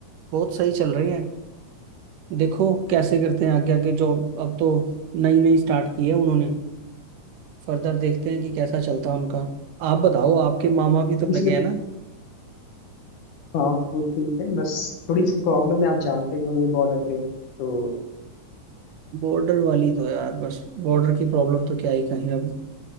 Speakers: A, on the right; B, on the left.
A: बहुत सही चल रही है देखो कैसे करते हैं आगे आगे जॉब अब तो नई नई स्टार्ट की है उन्होंने फर्दर देखते हैं कि कैसा चलता है उनका आप बताओ आपके मामा भी
B: तो
A: तो
B: इसलिए
A: लगे हैं ना
B: हाँ वो ठीक है बस थोड़ी सी प्रॉब्लम है आप जानते ही होंगे बॉर्डर पे तो
A: बॉर्डर वाली तो यार बस बॉर्डर की प्रॉब्लम तो क्या ही कहीं अब